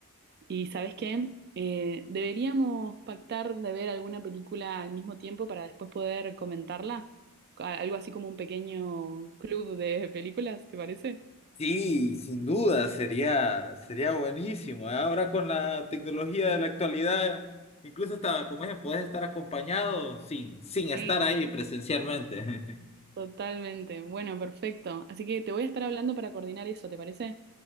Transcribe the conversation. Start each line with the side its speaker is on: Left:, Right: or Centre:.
Right: ¿Y sabes qué? Eh, deberíamos pactar de ver alguna película al mismo tiempo para después poder comentarla. A- Algo así como un pequeño club de películas, ¿te parece?
Left: Sí, sin duda, sería, sería buenísimo. ¿eh? Ahora con la tecnología de la actualidad, incluso hasta, como dije, puedes estar acompañado sin, sin estar
Right: Sí,
Left: ahí presencialmente. <laughs>
Right: totalmente. Bueno, perfecto. Así que te voy a estar hablando para coordinar eso, ¿te parece?